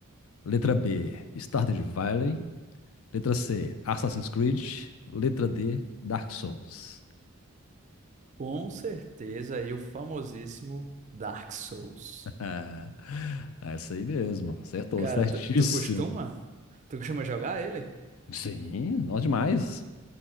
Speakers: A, on the left; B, on the right.
A: Letra B, Stardew Valley. Letra C, Assassin's Creed. Letra D, Dark Souls.
B: Com certeza, aí o famosíssimo Dark Souls.
A: <laughs> Essa aí mesmo, acertou,
B: Cara,
A: certíssimo.
B: tu, tu costuma? Tu costuma jogar ele?
A: Sim, nós demais.